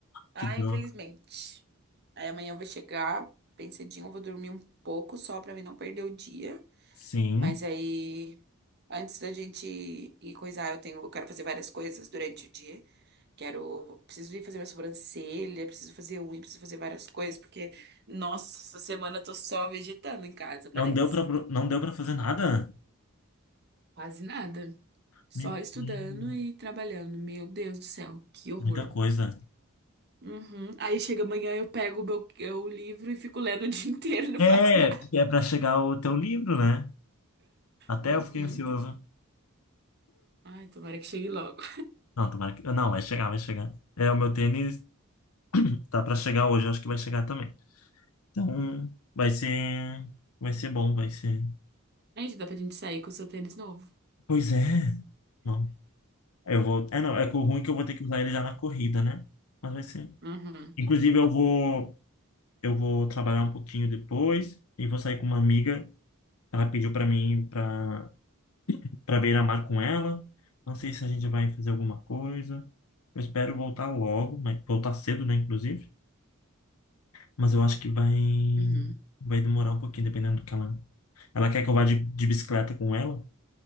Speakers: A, on the right; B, on the left.
A: Ah,
B: Que dó.
A: infelizmente. Aí amanhã eu vou chegar bem cedinho, eu vou dormir um pouco só pra mim não perder o dia.
B: Sim.
A: Mas aí, antes da gente ir coisar, eu tenho, eu quero fazer várias coisas durante o dia. Quero, preciso ir fazer minha sobrancelha, preciso fazer unha, preciso fazer várias coisas, porque, nossa, essa semana eu tô só vegetando em casa, parece.
B: Não deu pra, não deu pra fazer nada?
A: Quase nada. Só
B: Meu
A: estudando
B: Deus.
A: e trabalhando. Meu Deus do céu, que horror.
B: Muita coisa.
A: Uhum. Aí chega amanhã, eu pego o meu, o livro e fico lendo o dia <laughs> inteiro, não
B: É,
A: faço nada.
B: porque é pra chegar o teu livro, né? Até
A: Uhum.
B: eu fiquei ansioso.
A: Ai, tomara que chegue logo.
B: Não, tomara que. Não, vai chegar, vai chegar. É, o meu tênis tá pra chegar hoje, eu acho que vai chegar também. Então, vai ser. Vai ser bom, vai ser.
A: Ai, Gente, dá pra gente sair com o seu tênis novo.
B: Pois é. Não, eu vou. É, não, é que o ruim é que eu vou ter que usar ele já na corrida, né? Mas vai ser.
A: Uhum,
B: Inclusive, eu vou. eu vou trabalhar um pouquinho depois e vou sair com uma amiga. Ela pediu para mim para para beira-mar com ela. Não sei se a gente vai fazer alguma coisa. Eu espero voltar logo, mas voltar cedo, né, inclusive. Mas eu acho que vai
A: uhum.
B: vai demorar um pouquinho, dependendo do que ela. Ela quer que eu vá de, de bicicleta com ela.